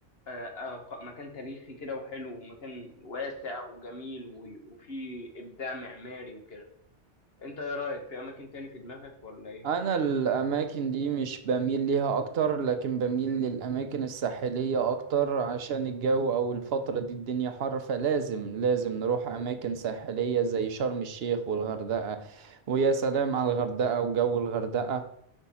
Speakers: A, on the left; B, on the right.
A: آه، آه، ق- مكان تاريخي كده وحلو ومكان واسع وجميل و- وفيه إبداع معماري وكده انت ايه رأيك في اماكن تاني في دماغك ولا ايه
B: انا الاماكن دي مش بميل ليها اكتر لكن بميل للاماكن الساحلية اكتر عشان الجو او الفترة دي الدنيا حر فلازم لازم نروح اماكن ساحلية زي شرم الشيخ والغردقة ويا سلام على الغردقة وجو الغردقة